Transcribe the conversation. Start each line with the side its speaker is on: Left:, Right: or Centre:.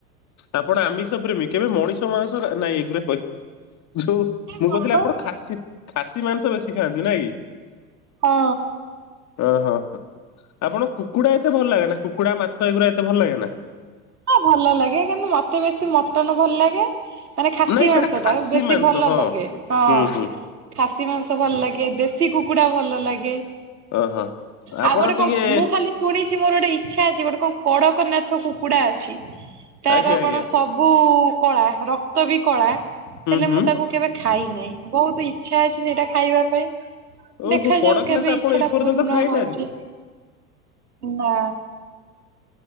Left: ଆପଣ ଆମିଷ ପ୍ରେମୀ! କେବେ ମଣିଷ ମାଂସ ଖା ନାଇଁ ଏଗୁରା କହି ଯୋଉ ମୁଁ
Right: କଣ
Left: କହୁଥିଲି, ଆପଣ ଖାସି ଖାସି ମାଂସ ବେଶୀ ଖାଆନ୍ତି ନାଇଁ କି?
Right: ହଁ।
Left: ଅ ହ ହ, ଆପଣ କୁକୁଡା ଏତେ ଭଲ ଲାଗେନା, କୁକୁଡା ମାଛ, ଏଇଗୁଡ଼ା ଏତେ ଭଲ ଲାଗେ ନା।
Right: ହଁ, ଭଲ ଲାଗେ କିନ୍ତୁ, ମତେ ବେଶୀ ମଟନ ଭଲ ଲାଗେ। ମାନେ ଖାସି
Left: ନାଇଁ
Right: ମାଂସ
Left: ସେଇଟା ଖାସି
Right: ଟା ବେଶୀ
Left: ମାଂସ
Right: ଭଲ
Left: ହଁ
Right: ଲାଗେ ହଁ।
Left: ହୁଁ ହୁଁ
Right: ଖାସି ମାଂସ ଭଲ ଲାଗେ ଦେଶୀ କୁକୁଡା ଭଲ ଲାଗେ।
Left: ଓହୋ। ଆପଣ
Right: ଆଉ ଗୋଟେ
Left: ଟିକେ
Right: କଣ ମୁଁ ଖାଲି ଶୁଣିଛି ମୋର ଗୋଟେ ଇଚ୍ଛା ଅଛି ଗୋଟେ କଣ କଡ଼କନାଥ କୁକୁଡା ଅଛି। ତାର
Left: ଆଜ୍ଞା ଆଜ୍ଞା
Right: କଣ ସବୁ କଳା ରକ୍ତ ବି କଳା
Left: ହୁଁ
Right: ହେଲେ
Left: ହୁଁ
Right: ମୁଁ ତାକୁ କେବେ ଖାଇ ଖାଇ ନେହିଁ ବହୁତ ଇଚ୍ଛା ଅଛି ସେଇଟା ଖାଇବା ପାଇଁ।
Left: ଓହୋ
Right: ଦେଖାଯାଉ
Left: କଡ଼କନାଥ
Right: କେବେ
Left: ଆପଣ
Right: ଇଚ୍ଛାଟା
Left: ଏପର୍ଯ୍ୟନ୍ତ
Right: ପୂର୍ଣ୍ଣ
Left: ଖାଇନାହାନ୍ତି?
Right: ହଉଛି? ନା।